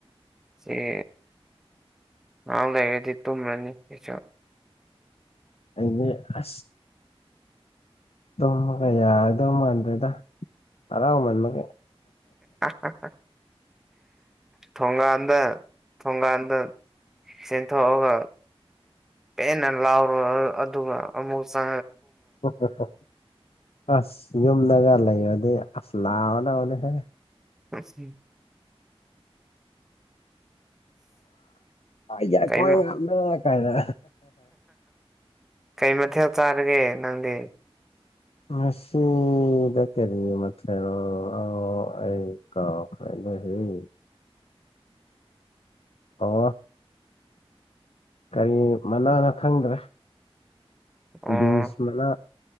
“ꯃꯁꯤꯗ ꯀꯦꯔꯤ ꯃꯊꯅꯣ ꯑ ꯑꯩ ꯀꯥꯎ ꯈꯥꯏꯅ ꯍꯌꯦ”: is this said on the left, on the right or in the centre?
Left